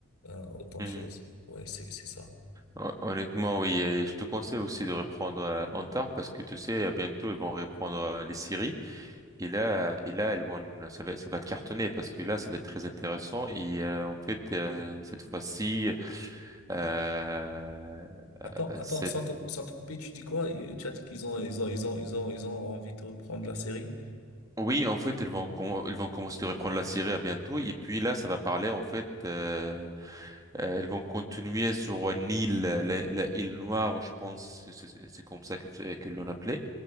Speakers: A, on the left; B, on the right.
A: euh, autant
B: mhm.
A: de choses. Ouais, c'est, c'est ça.
B: Hon- Honnêtement, oui. Et je te conseille aussi de reprendre euh, Hunter parce que tu sais, bientôt, ils vont reprendre euh, les séries. Et là, et là, elles vont, ça va, ça va cartonner parce que là, ça va être très intéressant. Et euh, en fait, euh, cette fois-ci, euh,
A: Attends, attends,
B: cette-
A: sans te, sans te couper, tu dis quoi? Et Tu as dit qu'ils ont, ils ont, ils ont, ils ont, ils ont envie de reprendre la série?
B: Oui, en fait, ils vont, com- ils vont commencer de reprendre la série à bientôt. Et puis là, ça va parler, en fait, euh, euh, ils vont continuer sur une île, la, la île Noire, je pense, c'est c'est- c'est comme ça que, c'est- que l'on appelait.